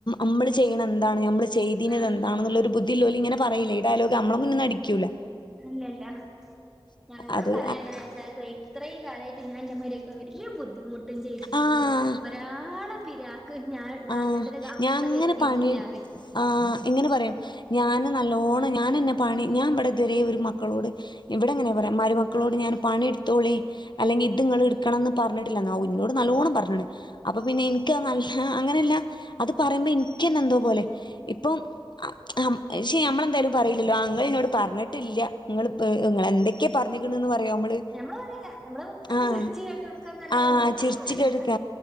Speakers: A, on the left (about 60°); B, in the centre.
A: മ്മള് ചെയ്യണ എന്താണ് നമ്മള് ചെയ്തീനത്
B: ആഹ്
A: എന്താണെന്നുള്ള ഒരു ബു ദില്ലോലിങ്ങനെ പറയില്ലേ ഈ ഡയലോഗ് അമ്മള മുന്നിന്ന് അടിക്ക്യൂലാ
B: ഇല്ലല്ല ഞങ്ങളോടും
A: അത്
B: പറയ അങ്ങനെ. താത്ത ഇത്രയും കാലായ്റ്റ് ഞാൻ ഇജ്ജെ മരുമക്കളെ ഒര് ബുദ്ധിമുട്ടും ചെയ്യിപ്പിച്ചിട്ടില്ല.
A: ആ
B: ഒരാളെ പിരാക്ക് ഞാൻ വാങ്ങേണ്ട
A: ആഹ്
B: ഒര് അവസ്ഥ
A: ഞാൻ അങ്ങനെ
B: വരുത്തിയിട്ടില്ല
A: പണി
B: പറെയ്
A: ആഹ് ഇങ്ങനെ പറയും ഞാൻ നല്ലോണം ഞാനെന്നെ പണി ഞാൻ ഇപടെതുവരെ ഒരു മക്കളോട് ഇവിടെങ്ങനെ പറയാ മരുമക്കളോട് ഞാൻ പണിട്ത്തോളി അല്ലെങ്കി ഇത്ങ്ങള് ഇട്ക്കണംന്ന് പറഞ്ഞിട്ടില്ലന്ന് ആവു ഇന്നോട് നല്ലോണ്ണം പർഞ്ഞിക്ക്ണ് അപ്പൊ പിന്നെ ഇൻക്ക് അത് നല്ല എല്ലാ അത് പറയ്മ്പോ ഇൻക്കെന്നെ എന്തോ പോലെ ഇപ്പം ആ അം ശെ ന്നമ്മളെന്തായാലും പറയില്ലല്ലോ ആഹ് ഇങ്ങൾ ഇന്നോട് പർഞ്ഞിട്ടില്ല ഇങ്ങള് പേ ഇങ്ങള് എന്തേ ക്കെ പർഞ്ഞ്ക്ക്‌ണ്ന്ന് പറയോ അമ്മള്
B: ഞമ്മള് പറയില്ല നമ്മള് മക്കൾക്ക്
A: ആഹ്
B: ചിരിച്ച് കാട്ടി കൊടുക്കാന്നല്ലാതെ
A: ആഹ്
B: ഒന്നും
A: ചിർച്ച്
B: മിണ്ടൂല
A: കേട്ട്ക്ക.